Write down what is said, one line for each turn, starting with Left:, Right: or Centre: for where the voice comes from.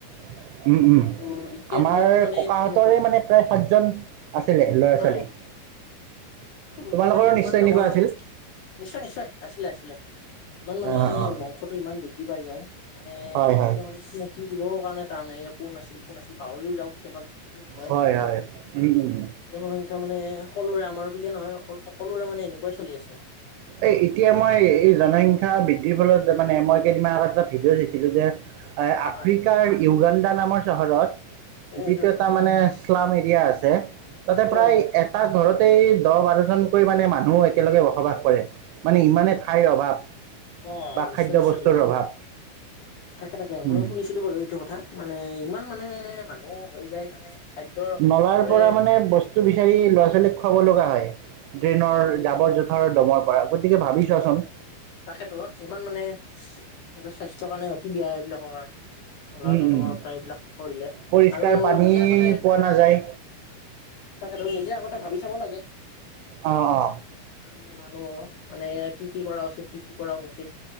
Right: <inaudible> উম উম।
Left: ত' এতিয়াৰ
Right: আমাৰ
Left: দিনতো মানে
Right: ককাহঁতৰে
Left: তেনেকুৱাই
Right: মানে প্ৰায় সাতজন আছিলে ল'ৰা
Left: হয়
Right: ছোৱালী। <inaudible>
Left: সেইটোতো
Right: তোমালোকৰো
Left: তাকেতো ইমান
Right: নিশ্চয়
Left: ডাঙৰ,
Right: এনেকুৱা আছিল
Left: নিশ্চয় নিশ্চয়, আছিলে আছিলে, ইমান মান
Right: অঁ
Left: মানে
Right: অঁ
Left: বংশতটো ইমান বৃদ্ধি পাই যায়, মানে
Right: হয়
Left: তেতিয়া
Right: হয়
Left: মানে চিনাকি দিবৰ কাৰণে টান এ কোন আাছিল, কোন আছিল, পাহৰিও যাওঁ কেতিয়াবা কেতিয়াবা। নহয়
Right: হয় হয় উম উম
Left: জনসংখ্যা মানে সকলোৰে আমাৰ বুলিয়ে নহয় সকল সকলোৰে মানে এনেকুৱাই চলি আছে।
Right: এই এতিয়া মই এই জনসংখ্যা বৃদ্ধিৰ ফলত মানে মই কেইদিন এটা ভিডিঅ' চাইছিলো যে হয় আফ্ৰিকাৰ
Left: হয়
Right: ইউগান্দা নামৰ চহৰত
Left: হয়
Right: যিটো
Left: হয়
Right: এটা মানে শ্লাম এৰি ৰিয়া আছে তাতে
Left: হয়
Right: প্ৰায়
Left: হয়
Right: এটা ঘৰত এই দহ -বাৰজনকৈ মানে মানুহ একেলগে বসবাস কৰে। মানে ইমানে ঠাইৰ অভাৱ
Left: অহ,
Right: বা
Left: নিশ্চয়-নিশ্চয়
Right: খাদ্য বস্তুৰ
Left: মইও
Right: অভাৱ
Left: তাকে-তাকে মই
Right: উম,
Left: শুনিছিলো বাৰু এইটো কথা মানে ইমান মানে মানুহ হৈ যায় মানে খাদ্যৰ কিন্তু
Right: নলাৰ
Left: একেবাৰে
Right: পৰা মানে
Left: নাইকিয়া
Right: বস্তু বিচাৰি ল'ৰা-ছোৱালীক খুৱাব লগা হয়। ড্ৰেইনৰ
Left: উম
Right: জাবৰ -জোথৰৰ দমৰ পৰা গতিকে ভাবি চোৱাচোন
Left: তাকেতো ইমান মানে ইহঁতৰ স্বাস্থ্য কাৰণে অতি বেয়া সেইবিলাকৰ কাৰণ
Right: উম
Left: <unintelligible> তোমাৰ
Right: উম
Left: পৰা এইবিলাক কৰিলে
Right: পৰিষ্কাৰ
Left: আৰু
Right: পানী
Left: নিজে আগতে
Right: পোৱা নাযায়
Left: তাকেতো নিজে আগতে ভাবি চাব লাগে।
Right: অ অ
Left: মানে মানুহ মানে এয়া কি-কি কৰা উচিত কি- কি কৰা অনুচিত